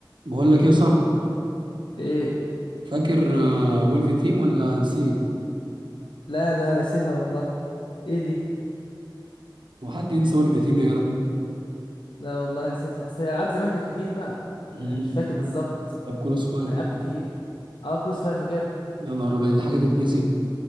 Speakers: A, on the right; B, on the left.
A: بقول لك ايه يا صاحبي
B: ايه
A: فاكر آه، ويلف تيم ولا نسيت
B: لا لا نسيتها والله ايه دي
A: هو حد ينسى ويلف تيم يا جدع
B: لا والله نسيتها اصل الالعاب زمان كانت كتير بقى
A: مم.
B: انا مش فاكر بالظبط
A: طب كروس فاير
B: العاب كتير اه كروس فاير فاكرها
A: يا نهار ابيض دي حاجه تتنسي